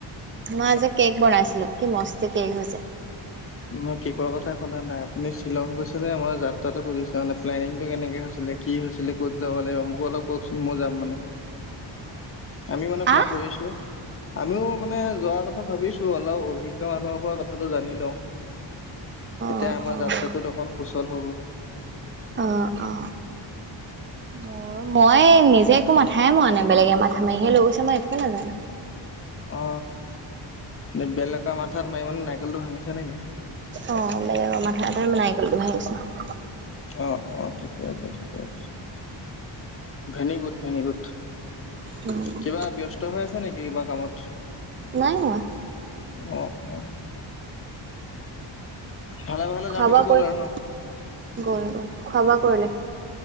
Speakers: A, on the right (about 25°); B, on the left (about 30°).
A: মই আজি কেক বনাইছিলো কি মস্তি কেক হৈছে।
B: মই কেকৰ কথা শুদা নাইপ। এনেই শ্বিলং গৈছিলে মই যাত্ৰাটো সুধিছে মানে প্লেনিংটো কেনেকে হৈছিলে কি হৈছিলে? ক'ত যাব লাগিব মোক অলপ কওকচোন মই যাম মানে।
A: <inaudible>
B: আমি মানে প্লেন
A: আহ
B: কৰিছো। আমিও মানে যোৱাৰ কথা ভাবিছো অলপ অভিজ্ঞ মানুহৰ পৰা কথাটো জানি লওঁ। তেতিয়া
A: অ',
B: আমাৰ
A: অ'।
B: যাত্ৰাটোত অকন সুচল হ'ব।
A: অ অ। মোৰ মই নিজে একো মাথাই মোৱা নাই বেলেগে মাথা মাৰিহে লৈ গৈছে মই একো নাজানো।
B: অ নে বেলেগক মাথাত মাৰি মানে নাৰিকলটো ভাঙিছে নেকি?
A: অ বেলেগ মাথাত আৰু নাৰিকলটো ভাঙিছো।
B: অ অ ঠিকে আছে ঠিকে আছে ভেনিগুড ভেনিগুড।
A: উম,
B: কিবা ব্যস্ত হৈ আছে নেকি কিবা কামত?
A: নাই হোৱা।
B: অ অহ। ভালে ভালে
A: খোৱা
B: জাৰ্ণিটো গ'ল
A: বোৱা
B: আৰু
A: কই,
B: ন
A: গ'ল গ'ল খোৱা বোৱা কৰিলে?